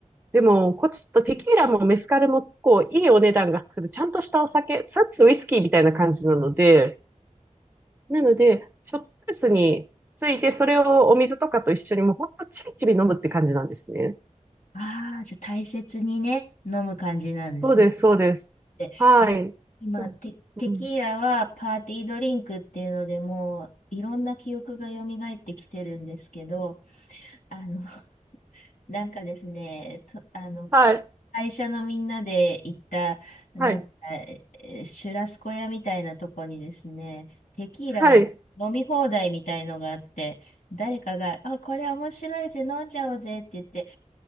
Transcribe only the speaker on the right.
でも、こっちとテキーラもメスカルもこういいお値段がするちゃんとしたお酒、それこそウイスキーみたいな感じなので、なので、ショットグラスについてそれをお水とかと一緒にもうほんとちびちび飲むって感じなんですね。
そうです、そうです。
はい。
うんうん
はい、
はい、
はい、